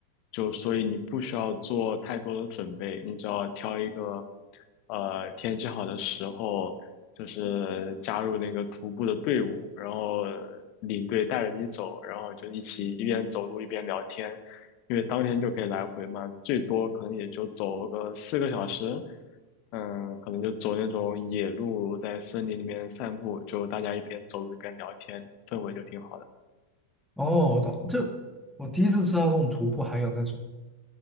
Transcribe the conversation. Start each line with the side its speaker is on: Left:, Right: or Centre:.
Left: 就所以你不需要做太多的准备，你只要挑一个，呃，天气好的时候，就是加入那个徒步的队伍，然后领队带着你走，然后就一起一边走路一边聊天。因为当天就可以来回嘛，最多可能也就走个四个小时，嗯，可能就走那种野路，在森林里面散步，就大家一边走路一边聊天，氛围就挺好的。
Centre: 哦，我懂，就我第一次知道这种徒步还有那种。